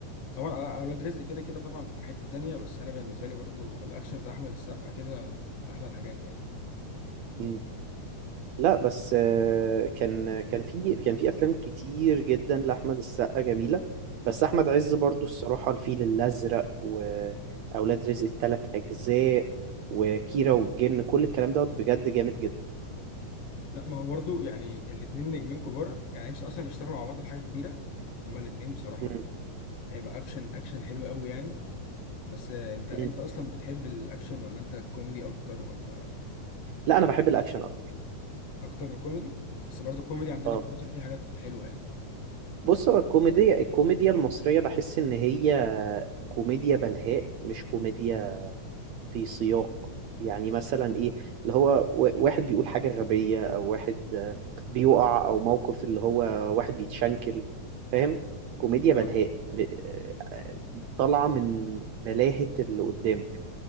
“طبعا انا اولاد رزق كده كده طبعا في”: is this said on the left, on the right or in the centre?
Left